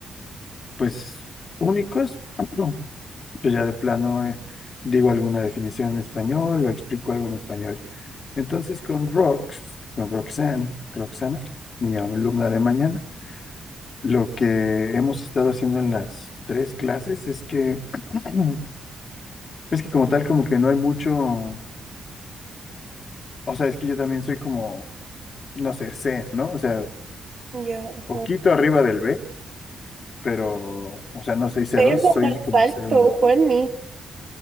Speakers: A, on the left; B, on the right.
A: pues, únicos. <clears throat> Yo ya de plano eh, digo alguna definición en español o explico algo en español. Entonces con Rox, con Roxanne, Roxana, mi alumna de mañana, lo que hemos estado haciendo en las tres clases es que, <clears throat> es que como tal como que no hay mucho, o sea, es que yo también soy como, no sé, C, ¿no? O sea,
B: ya.
A: poquito arriba del B, pero, o sea, no soy c
B: Pero
A: dos soy
B: más
A: como
B: alto,
A: c uno
B: Juani.